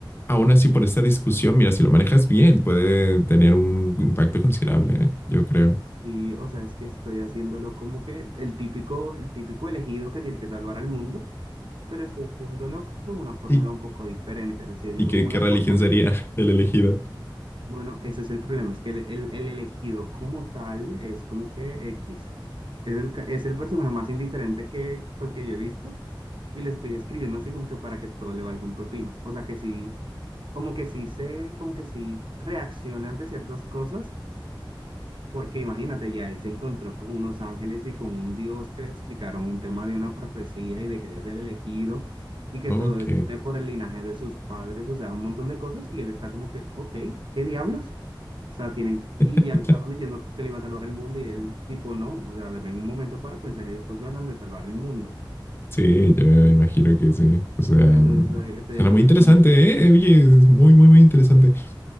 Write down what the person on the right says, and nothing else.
Sí, o sea, es que estoy haciéndolo como que el típico, el típico elegido que tiene que salvar al mundo, pero estoy haciéndolo con una fórmula
un poco diferente, lo estoy haciendo
con una
fórmula.
Bueno, ese es el problema, es que el, el- el elegido como tal es como que X. Es el, ca- es el personaje más indiferente que, pues, que yo he visto. y le estoy escribiendo así como que para que todo le valga un pepino. O sea que sí, como que sí se, como que sí reacciona ante ciertas cosas, porque imagínate, ya él se encontró con unos ángeles y con un Dios que le explicaron un tema de una profecía y de que él es el elegido y que
todo eso viene por el linaje de sus padres, o sea, un montón de cosas y él está como que, ok, ¿qué diablos? O sea, tienen,
y ya le estaban diciendo que le iba a salvar el mundo y él tipo no, o sea, deben un momento para pensar y después me hablan de salvar el mundo.
Entonces eh, estoy
haciendo
esa mezcla.